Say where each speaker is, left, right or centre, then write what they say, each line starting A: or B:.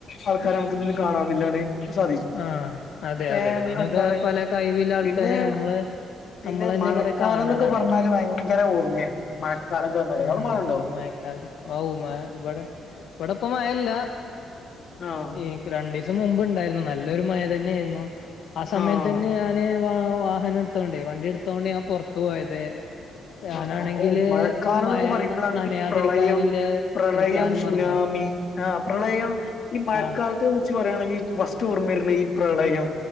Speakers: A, on the left; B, on the left.
A: ആൾക്കാര നമുക്കിതില് കാണാനില്ലാന്ന് സാധിക്കും.
B: ആഹ് അതെ
A: പേ
B: അതെ ഇതിനൊക്കെ
A: എന്താണ്
B: പല കഴിവുള്ള ആൾക്കാര്
A: പിന്നെ
B: നമ്മള്
A: പിന്നെ
B: നമ്മളന്നെ
A: മഴക്കാലം
B: കൊറേ കാണണതാണ്
A: ന്നൊക്കെ പറഞ്ഞ ഭയങ്കര ഓർമായിർന്നു മഴക്കാലൊക്കെ പർഞ്ഞ
B: ഉം
A: എടെ മഴണ്ടോ,
B: നമ്മളെ മയക്കാര് ഔ മഴ ഇവടെ ഇവടെ ഇപ്പ മഴല്ല
A: ആഹ്
B: ഈ രണ്ട് രണ്ടീസം മുമ്പ് ഇണ്ടായിരുന്നു നല്ലൊരു മഴ തന്നേന്നു ആ സമയത്തന്നെ
A: ആഹ്
B: ഞാന് വാ വാഹനട് തൊണ്ടോയി വണ്ടി ഇട്ത്തോണ്ട് ഞാൻ പൊർത്തു പോയത് ഞാനാണെങ്കില്
A: ആഹ് ഓ മഴക്കാലംന്നൊക്കെ
B: മയ
A: പറയുമ്പോഴാണ്
B: നനയാതിരിക്കാനില്ലെ
A: ഈ പ്രളയം പ്രളയം
B: എടുക്കാനും
A: സുനാമി
B: മറന്നു
A: ആഹ് പ്രളയം ഈ മഴക്കാലത്ത്
B: ആഹ്
A: പറയാണെങ്കിൽ ഫസ്റ്റ് ഓർമ്മർന്നെ ഈ പ്രളയം